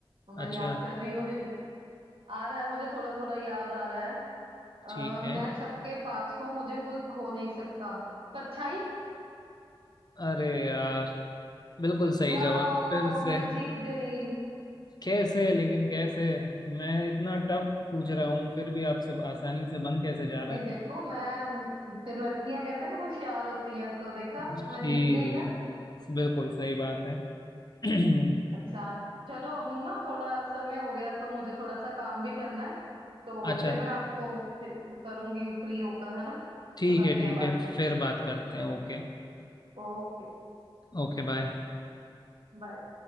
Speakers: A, on the right; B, on the left.
A: मैं
B: अच्छा
A: याद कर रही हूँ दिम- आ रहा है मुझे थोड़ा थोड़ा याद आ रहा है अ,
B: ठीक
A: मैं
B: है
A: सबके पास हूँ मुझे कोई खो नहीं सकता परछाई
B: अरे यार बिल्कुल सही
A: वाह
B: जवाब फिर से
A: मैं जीत गई
B: कैसे लेकिन कैसे मैं इतना टफ पूछ रहा हूँ फिर भी आपसे आसानी से बन कैसे जा रहा
A: नहीं
B: है
A: देखो मैं फिर लड़कियां कहते हैं ना होशियार होती हैं तो देखा
B: जी
A: मैं जीत गई
B: जी बिल्कुल सही बात है <clears throat> अरे
A: अच्छा चलो अब ना थोड़ा समय हो गया तो मुझे थोड़ा सा काम भी करना है तो
B: अच्छा
A: फिर मैं आपको फ्री- करूंगी फ्री होकर है ना
B: ठीक
A: तो करते
B: है ठीक
A: हैं बात
B: है
A: फिर
B: फिर बात करते हैं ओके
A: Okay
B: Okay bye
A: bye